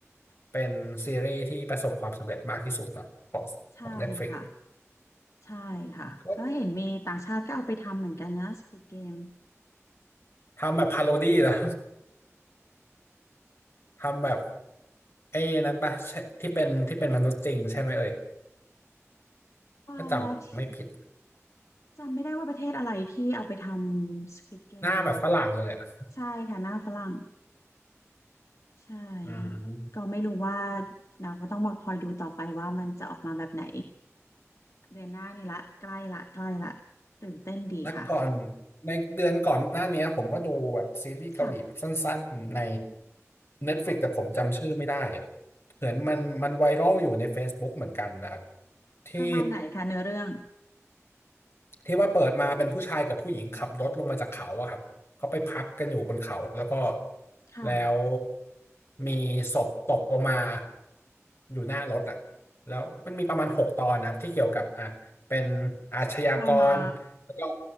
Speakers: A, on the left; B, on the left.
A: เป็นซีรีส์ที่ประสบความสำเร็จมากที่สุดเนาะของของ
B: ใช่ค่ะ
A: Netflix
B: ใช่ค่ะก็เห็นมีต่างชาติก็เอาไปทำเหมือนกันนะ
A: ก็
B: Squid Game
A: ทำแบบพาโรดี้แล้ว <laughs> ทำแบบไอ้นั้นปะใช่ที่เป็นที่เป็นมนุษย์จริงใช่ไหมเอ่ย
B: อ่าที่
A: ถ้าจำไม่ผิด
B: จำไม่ได้ว่าประเทศอะไรที่เอาไปทำ Squid Game
A: หน้าแบบฝรั่งเลยอ่ะ
B: ใช่ค่ะหน้าฝรั่งใช่
A: อืม
B: ก็ไม่รู้ว่าเราก็ต้องมาคอยดูต่อไปว่ามันจะออกมาแบบไหนเดือนหน้านี่ละใกล้ละใกล้ละตื่นเต้นดีค่ะ
A: แล้วก่อนในเดือนก่อนหน้าเนี้ยผมก็ดูแบบซีรีส์เกาหลีแบบสั้นๆใน
B: ค่ะ
A: Netflix
B: ค่ะ
A: แต่ผมจำชื่อไม่ได้อะเหมือนมันมันไวรัลอยู่ใน Facebook เหมือนกันนะครับที่
B: ประมาณไหนคะเนื้อเรื่อง
A: ที่ว่าเปิดมาเป็นผู้ชายกับผู้หญิงขับรถลงมาจากเขาอะครับเขาไปพักกันอยู่บนเขาแล้วก็
B: ค่ะ
A: แล้วมีศพตกลงมาอยู่หน้ารถอะแล้วมันมีประมาณหกตอนนะครับที่เกี่ยวกับอ่ะเป็นอาชญากรแล้วก็
B: เรามา